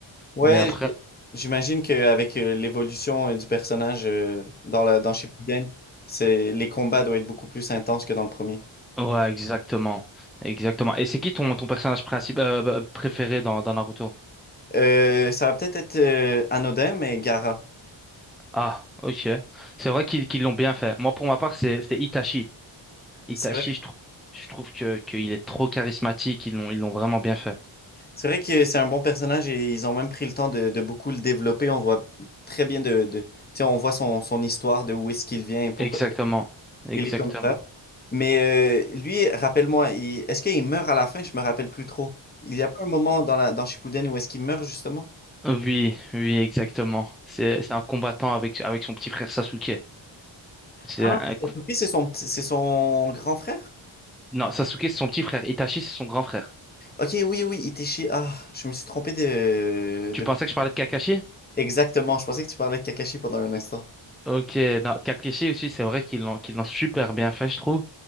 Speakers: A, on the left; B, in the centre.
A: Ouais,
B: Mais après,
A: j'- j'imagine qu'avec euh, l'évolution euh, du personnage euh, dans la, dans Shippuden, c'est, les combats doivent être beaucoup plus intenses que dans le premier.
B: ouais, exactement, exactement. Et c'est qui ton ton personnage principal euh, bah, préféré dans dans Naruto?
A: Euh, ça va peut-être être, euh, anodin, mais gara.
B: Ah, ok. C'est vrai qu'ils qu'ils l'ont bien fait. Moi, pour ma part, c'est c'est Itachi. Itachi,
A: C'est
B: je trouve je trouve que qu'il est trop charismatique. Ils l'ont ils l'ont vraiment bien fait.
A: C'est vrai que c'est un bon personnage et ils ont même pris le temps de, de beaucoup le développer. On voit très bien de, de- tu sais, on voit son, son histoire de où est-ce qu'il vient et pourquoi
B: Exactement, exactement.
A: il est comme ça. Mais euh, lui, rappelle-moi, il- est-ce qu'il meurt à la fin? Je me rappelle plus trop. Il y a pas un moment dans la, dans Shippuden où est-ce qu'il meurt justement?
B: Oui, oui, exactement. C'est c'est un combattant avec avec son petit frère Sasuke. C'est
A: Ah,
B: un-
A: Sasuke, c'est son, petit- c'est son grand frère?
B: non, Sasuke c'est son petit frère, Itachi c'est son grand frère.
A: Ok, oui, oui, Itachi. Ah, je me suis trompé de,
B: Tu
A: de...
B: pensais que je parlais de Kakashi?
A: Exactement, je pensais que tu parlais de Kakashi pendant un instant.
B: Ok, non, Kakashi aussi c'est vrai qu'ils l'ont qu'ils l'ont super bien fait je trouve,